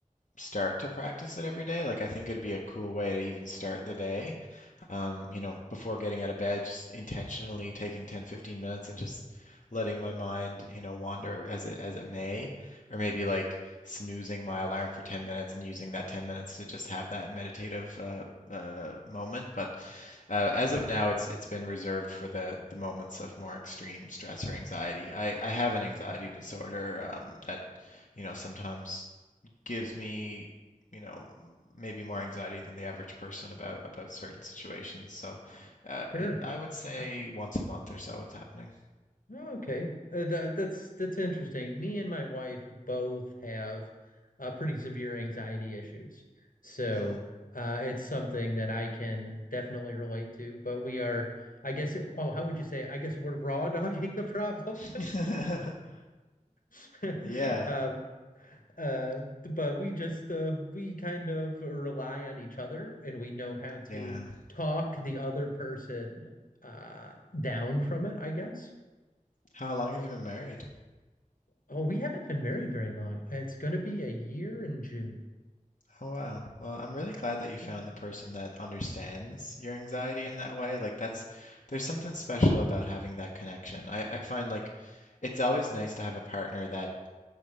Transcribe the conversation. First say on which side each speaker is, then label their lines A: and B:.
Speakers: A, on the left; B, on the left.
A: start to practice it every day. Like I think it'd be a cool way to even start the day. um, you know, before getting out of bed, just intentionally taking 10, 15 minutes and just letting my mind, you know, wander as it as it may, or maybe like snoozing my alarm for 10 minutes and using that 10 minutes to just have that meditative uh, uh, moment. But uh, as of now, it's it's been reserved for the the moments of more extreme stress or anxiety. I I have an anxiety disorder um, that, you know, sometimes gives me, you know, maybe more anxiety than the average person about about certain situations. So, uh,
B: Sure.
A: it, I would say
B: Uh,
A: once a month or so, it's happening.
B: Oh, Okay, uh, that that's that's interesting. Me and my wife both have uh, pretty severe anxiety issues, so
A: Hmm.
B: uh, it's something that I can definitely relate to. But we are, I guess, it, oh, how would you say? I guess we're raw <laughs> dogging the problem.
A: <laughs>
B: <laughs>
A: Yeah,
B: Um, uh, but we just uh, we kind of rely on each other, and we know how
A: yeah.
B: to talk the other person uh, down from it, I guess.
A: How long have you been married?
B: Oh, we haven't been married very long. It's going to be a year in June.
A: Oh wow. Well, I'm really glad that you found
B: <laughs>
A: the person that understands your anxiety in that way. Like that's there's something special about having that connection. I, I find like it's always nice to have a partner that